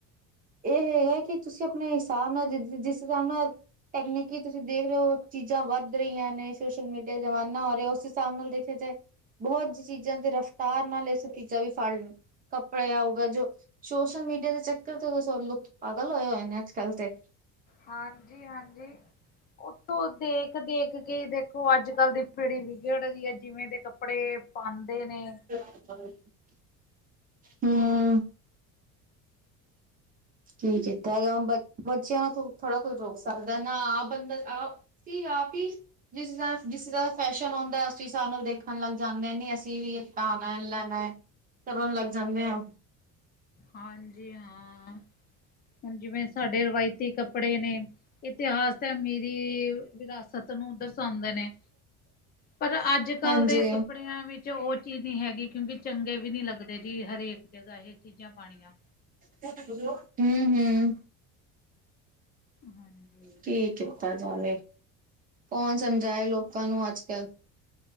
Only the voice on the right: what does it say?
ਇਹ ਹੈਗਾ ਕਿ ਤੁਸੀਂ ਆਪਣੇ ਹਿਸਾਬ ਨਾਲ ਜਿਸ-ਜਿਸ ਹਿਸਾਬ ਨਾਲ ਟੈਕਨੀਕੀ ਤੁਸੀਂ ਦੇਖ ਰਹੇ ਹੋ ਚੀਜ਼ਾਂ ਵੱਧ ਰਹੀਆਂ ਨੇ ਸੋਸ਼ਲ ਮੀਡੀਆ ਜ਼ਮਾਨਾ ਹੋ ਰਿਹਾ ਉਸ ਹਿਸਾਬ ਨਾਲ ਦੇਖਿਆ ਜਾਏ। ਬਹੁਤ ਚੀਜ਼ਾਂ ਤੇ ਰਫ ਤਾਰ ਨਾਲ ਇਹ ਸਬ ਤੀਚਾ ਵੀ ਫੜ ਲੋ, ਕੱਪੜੇ ਹੋਗੇ ਜੋ ਸੋਸ਼ਲ ਮੀਡੀਆ ਦੇ ਚੱਕਰ ਉਥੋ ਤੋ ਸਗੋ ਲੋਕ ਪਾਗਲ ਹੋਏ-ਹੋਏ ਨੇ ਅੱਜ-ਕੱਲ੍ਹ ਤੇ।
<inaudible> ਹੂੰ ਕੀ ਕੀਤਾ ਜਾਵੇ ਹੁਣ ਬਚ ਬੱਚਿਆਂ ਨੂੰ ਥੋੜ੍ਹਾ ਕੁਝ ਰੋਕ ਸਕਦਾ ਨਾ ਆਹ ਬੰਦਾ ਆ ਆ ਫਿਰ ਆਪ ਹੀ ਜਿਸ ਹਿਸਾਬ, ਜਿਸ ਹਿਸਾਬ ਦਾ ਫੈਸ਼ਨ ਔਂਦਾ ਏ ਉਸ ਹਿਸਾਬ ਨਾਲ ਦੇਖਣ ਲੱਗ ਜਾਂਦੇ ਨੀ ਅਸੀਂ ਵੀ ਇੱਕ ਪਾਣਾ-ਲੈਣਾ। ਕਰਨ ਲੱਗ ਜਾਂਨੇ ਆ।
ਹਾਂਜੀ
<unintelligible> ਹੂੰ -ਹੂੰ।
ਕੀ ਕੀਤਾ ਜਾਵੇ, ਕੌਣ ਸਮਝਾਏ ਲੋਕਾਂ ਨੂੰ ਅੱਜ-ਕੱਲ।